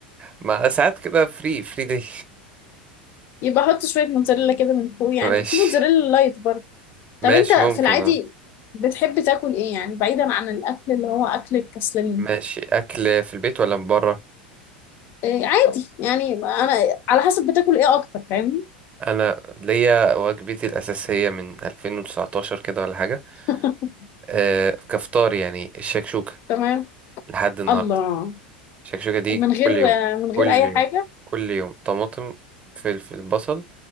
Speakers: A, on the right (about 25°); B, on the left (about 45°).
A: ما ساعات كده فري فري دي
B: يبقى احط شويه موتزاريلا كده من فوق يعني
A: ماشي
B: في موتزاريلا لايت برضه طب
A: ماشي
B: انت
A: ممكن
B: في العادي
A: اه
B: بتحب تاكل ايه يعني بعيدا عن الاكل اللي هو اكل الكسلانين
A: ماشي اكل في البيت ولا من بره
B: إيه عادي يعني انا على حسب بتاكل ايه اكتر فاهمني
A: انا ليا وجبتي الاساسيه من 2019 كده ولا حاجه
B: <laughs>
A: آه كفطار يعني الشكشوكه
B: تمام
A: لحد النهارده
B: الله
A: شكشوكة دي
B: من غير
A: كل يوم
B: من غير
A: كل
B: اي
A: يوم
B: حاجه
A: كل يوم طماطم فلفل بصل